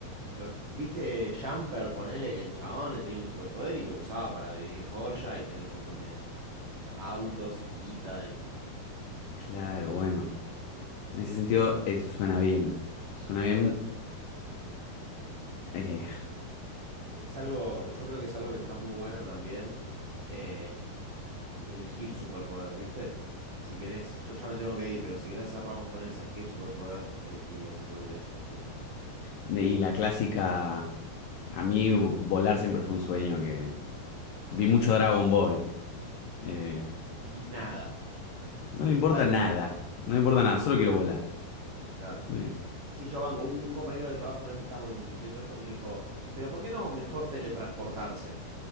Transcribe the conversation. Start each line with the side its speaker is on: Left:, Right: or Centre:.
Right: lo- ¿viste Jumper? Ponele que el chabón tenía un superpoder y lo usaba para vivir joya y tener un montón de autos y guita y
Left: Claro, bueno. En ese sentido, eh, suena bien. Suena bien.
Right: total.
Left: eh,
Right: Es algo, yo creo que es algo que está muy bueno también, eh, elegir superpoder, ¿viste? Si querés, yo ya me tengo que ir, pero si querés cerramos con esa, ¿qué superpoder elegirías si podrías elegir?
Left: ne- y la clásica. A mí vo- volar siempre fue un sueño que.
Right: Suscribo.
Left: Vi mucho Dragon Ball.
Right: suscribo.
Left: Eh,
Right: Sin nada,
Left: no
Right: ni
Left: me importa
Right: un palito.
Left: nada. No me importa nada. Solo quiero volar.
Right: Claro.
Left: Eh,
Right: Sí, yo banco. Un, un compañero de trabajo, una vez que estábamos discutiendo esto, me dijo, pero ¿por qué no mejor teletransportarse?